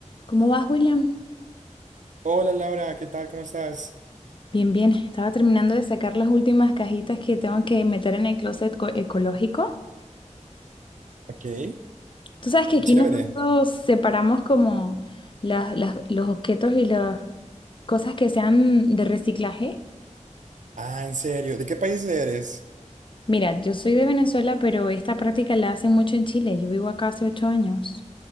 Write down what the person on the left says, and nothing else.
¿Cómo vas, William?
Bien, bien. Estaba terminando de sacar las últimas cajitas que tengo que meter en el closet co- ecológico.
Tú sabes que aquí
nosotros separamos como las- las- los objetos y las cosas que sean de reciclaje.
Mira, yo soy de Venezuela, pero esta práctica la hacen mucho en Chile. Yo vivo acá hace ocho años.